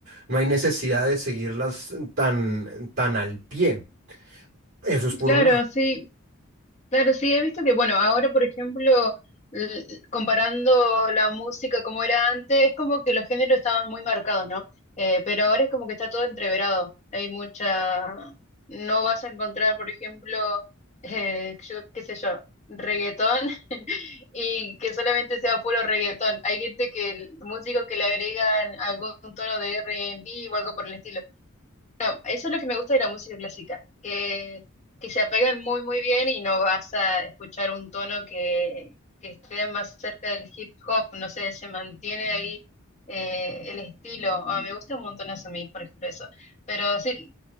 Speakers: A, on the right; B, on the left.
A: no hay necesidad de seguirlas tan, tan al pie. Eso es por
B: Claro,
A: un lado.
B: sí. Claro, sí, he visto que, bueno, ahora, por ejemplo, l- comparando la música como era antes, es como que los géneros estaban muy marcados, ¿no? Eh, pero ahora es como que está todo entreverado. Hay mucha... No vas a encontrar, por ejemplo, eh, yo, qué sé yo, reggaetón <laughs> y que solamente sea puro reggaetón. Hay gente que, el músico que le agregan algún tono de R and B o algo por el estilo. Bueno, eso es lo que me gusta de la música clásica, que, que se apegan muy, muy bien y no vas a escuchar un tono que, que esté más cerca del hip hop, no sé, se mantiene ahí eh, el estilo. Ah, me gusta un montón eso a mí, por ejemplo, eso. Pero sí,